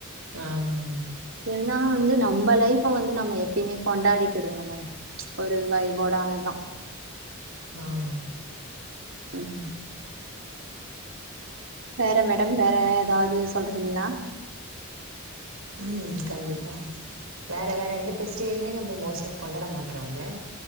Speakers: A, on the right (about 80°); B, on the right (about 65°).
A: ஆமா ஆமா மா
B: இருந்தாலு வந்து நம்ம லைஃவ்வ வந்து நம்ம நம்ம எப்பியுமே கொண்டாடிட்டு இருக்கனு மேடம் ஒரு வைபோட அதுதா
A: ஆமா
B: ம் வேற மேடம் வேற ஏதாது சொல்றீங்ளா
A: ம் கண்டிப்பா வேற வேற எந்த பெஸ்டிவலுமே நம்ம மோஸ்ட் ஆப் கொண்டாட மாட்றோல்ல